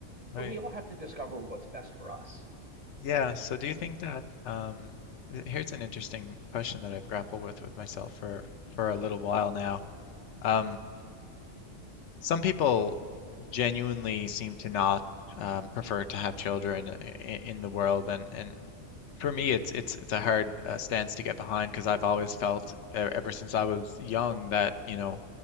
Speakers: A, on the left; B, on the right.
A: right.
B: but we all have to discover what's best for us.
A: Yeah, so do you think that um th- here's an interesting question that I've grappled with with myself for for a little while now. Um some people genuinely seem to not um prefer to have children in, in the world and and for me, it's it's it's a hard uh, stance to get behind because I've always felt e- ever since I was young that, you know,